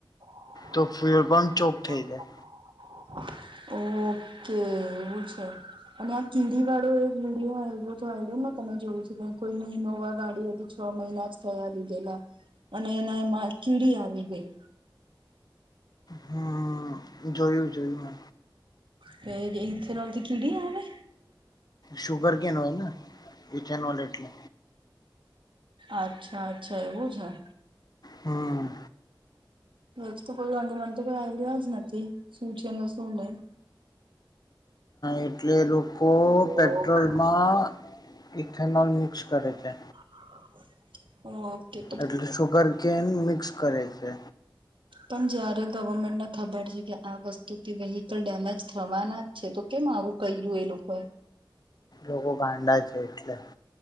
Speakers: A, on the right (about 80°); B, on the left (about 50°).
A: <unintelligible>
B: તો ફ્યુલ પંપ ચોક થઈ જાય.
A: ઓકે એવું છે અને આ કીડી વાળો એક વિડિયો આવવો તો આ્યોને તમે જોયું છ કે કોઈની ઈનોવા ગાડી હતી, છ મહિના જ થયા લીધેલા અને એના એમાં કીડી આવી ગઈ
B: હમ જોયું જોયું મે
A: તે ઇથે ન તો કિડી આવે?
B: સુુગર ગેન હોયને ઇથેનોલ એટલે
A: અચ્છા અચ્છા એવું છે હ
B: હમ
A: વ તો પે મન તો કઈ આઈડિયા જ નથી સૂચનસું ન?
B: એટલે લોકો
A: ઓકે
B: પેટ્રોલમાં ઇથેનોલ મિક્સ કરે છે
A: હા ઓકે
B: એટલે સુુગર કેન મિક્સ કરે છે.
A: પણ જયારે ગવર્મેન્ટને ખબર છે કે આ વસ્તુથી વેહકલ ડેમેજ થવાના છે તો કેમ આવું કર્યું એ લોકો એ?
B: લોકો ગાંડા છે એટલે